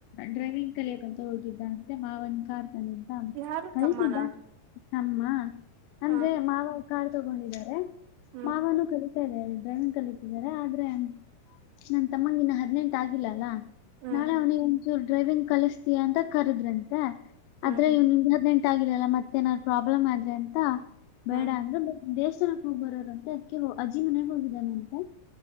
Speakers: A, on the left (about 85°); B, on the right (about 80°).
A: ಡ್ರೈವಿಂಗ್ ಕಲಿಯಕ್ಂತ ಹೋಗಿದ್ದ ಅಂತೆ ಮಾವನ್ ಕಾರ್ ತಂದಿದ್ನಾ
B: ಯಾರು
A: ಕಲ್ತಿದ್ದಾ.
B: ತಮ್ಮನ
A: ಅಮ್ಮ
B: ಹ
A: ಅಂದ್ರೆ ಮಾವ ಕಾರ್ ತಗೊಂಡಿದ್ದಾರೆ
B: ಹ್ಮ್
A: ಮಾವನು ಕಲಿ ಸ್ತಾರೆ ಡ್ರೈನಿಂಗ್ ಕಲಿತಿದ್ದಾರೆ ಆದ್ರೆ. ನನ್ನ ತಮ್ಮಂಗ ಇನ್ನ ಹದ್ನೆಂಟ ಆಗಿಲ್ಲ ಅಲ್ಲಾ
B: ಹ್ಮ್
A: ನಾಳೆ ಅವನಿಗೆ ಇವರ ಡ್ರೈವಿಂಗ್ ಕಲಿಸ್ತೀಯಾ ಅಂತ ಕರೆದ್ರಂತೆ
B: ಹ್ಮ್
A: ಆದ್ರೆ ಇವ್ ಹದ್ನೇನೆಂಟ್ ಆಗಿಲ್ಲಲ್ಲಾ ಮತ್ತೆ. ಮತ್ತೇನಾದ್ರು ಪ್ರಾಬ್ಲಮ್ ಆದ್ರೆ ಅಂತ ಬೇಡ
B: ಹ್ಮ್
A: ಅಂದ್ರೆ ದೇವಸ್ಥಾನಕ್ಕೆ ಹೋಗಿ ಬರೋರು ಅಂತೆ ಅದ್ಕ್ಕೆ ಅಜ್ಜಿ ಮನೆಯಾಗ ಹೋಗಿದ್ದಾನಂತೆ